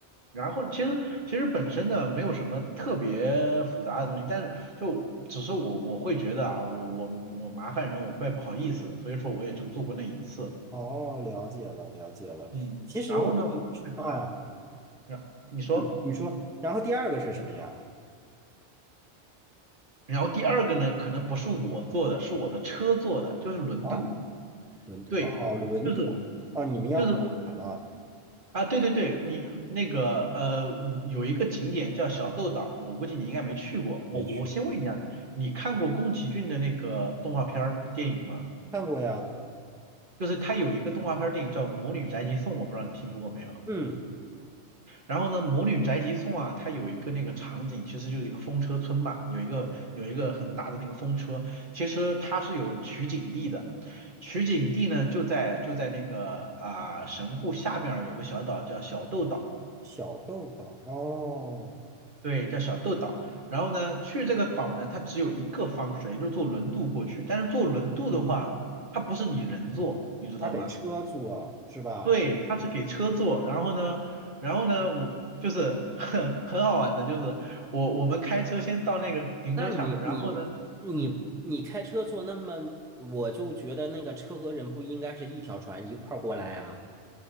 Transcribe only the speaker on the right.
然后其实其实本身呢没有什么特别复杂的东西，但是就只是我我会觉得啊，我我我麻烦人，我怪不好意思的，所以说我也就做过那一次，
嗯，
然后呢会很慢，
那你说，
然后第二个呢，可能不是我做的，是我的车做的，就是轮渡，
对，
就是
就是啊，对对对，你那个呃有一个景点叫小豆岛，我估计你应该没去过，我我先问一下，
你看过宫崎骏的那个动画片儿电影吗？
就是它有一个动画片儿电影叫《魔女宅急送》，我不知道你听说过没有。
然后呢，《魔女宅急送》啊，它有一个那个场景，其实就是一个风车村嘛，有一个有一个很大的那个风车，其实它是有取景地的，取景地呢就在就在那个啊、神户下面儿有个小岛叫小豆岛，
对，叫小豆岛。然后呢，去这个岛呢，它只有一个方式，也就是坐轮渡过去。但是坐轮渡的话，
它不是你人坐，你知道吗？
对，他是给车坐，
然后呢，然后呢，我就是很 <laughs> 很好玩的，就是我我们开车先到那个停车场，
然后呢，嗯，